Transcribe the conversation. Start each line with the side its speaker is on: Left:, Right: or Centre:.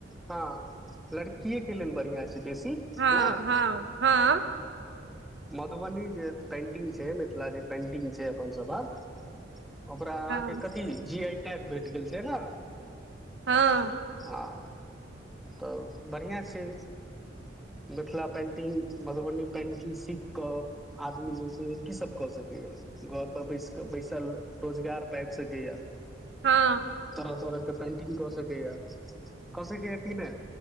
Centre: हँ लड़किए के लेल बढ़िया छै बेसी
Right: हँ
Centre: नैय
Right: हँ हँ
Centre: मधुबनी जे पेन्टिंग छै मिथिला जे पेन्टिंग छै अपनसभक ओकरा अहाँके
Right: हँ
Centre: कथी जी आई टैग भेट गेल छै न
Right: हँ
Centre: हँ तऽ बढ़िआँ छै मिथिला पेंटिंग मधुबनी पेंटिंग सी क आदमी जे छै की सब कऽ सकैय घर पर बैस क बैसल रोजगार पै आइब सकैय य
Right: हँ
Centre: पेंटिंग कऽ सकेय कऽ सकैय की नहि